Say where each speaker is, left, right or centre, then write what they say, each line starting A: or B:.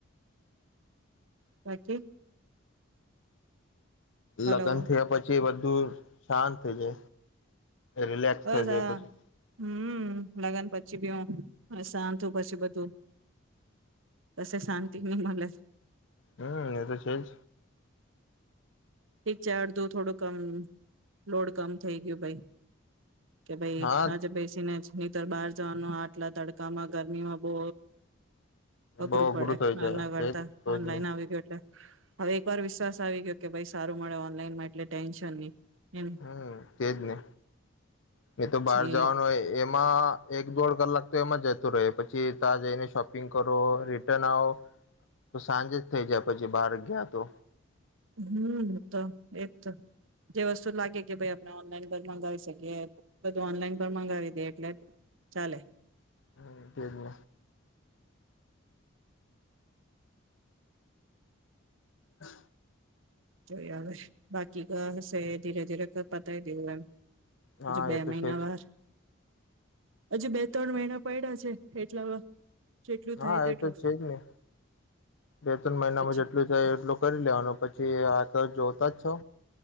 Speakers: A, on the right; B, on the left.
A: પછી હલો
B: લગ્ન થયા પછી બધુ <unintelligible> શાંત છે. રિલેક્સ
A: બસ
B: થઈ જાય
A: આ
B: પછી.
A: હમ લગ્ન પછી બી હ શાંતું પછી બધું પછ શાંતિ નહી મળે.
B: હમ એ તો છે જ.
A: ઠીક છે અર્ધું થોડું કમ લોડ કમ થઇ ગયું ભાઈ. કે ભાઈ
B: હા
A: આજે પૈસી ના જ અંદર બહાર જવાનું આટલા તડકામાં ગરમીમાં બો અઘરું
B: બઉ
A: પડે
B: થઈ જાય
A: આના કરર્તા
B: તેજ કોઈ
A: ઓનલાઈન
B: જ નહી
A: આવી ગયું એટલે હવે એક વાર વિશ્વાસ આવી ગયો કે ભાઈ સ સારું મળે ઓનલાઈનમાં એટલે ટેન્શન નહી. એમ
B: હમ તેજ ને. મેં તો બહાર
A: જે
B: જવાનું હોય એમાં એક દોઢ કલાક તો એમાં જતું રહે. પછી ત્યાં જઈને શોપિંગ કરો, રિટર્ન આવો, તો સાંજ જ થઈ જાય પછી બાર ગયા તો.
A: હમ તો એ જ તો. જે વસ્તુ લાગે કે ભાઈ આપણે ઓનલાઈન પણ મંગાવી શકીએ બધું ઓનલાઈન પણ મંગાવી દે એટલે ચાલે.
B: હ તે હે. હ.
A: જોઈ હવે બાકી કઈ હશે. ધીરે ધીરે ક પતાઈ દેવું એમ.
B: હા
A: હજુ બે
B: એ તો
A: મહિના
B: છે જ
A: વાર હજુ બે ત્રણ મહિના પડ્યા છે એટલામાં જેટલું
B: હા
A: થાય તેટલું
B: એતો છે જ ને. બે ત્રણ મહિનામાં
A: પછી
B: જેટલું થાય એટલું કરી લેવાનું પછી તો જોતા જ છો.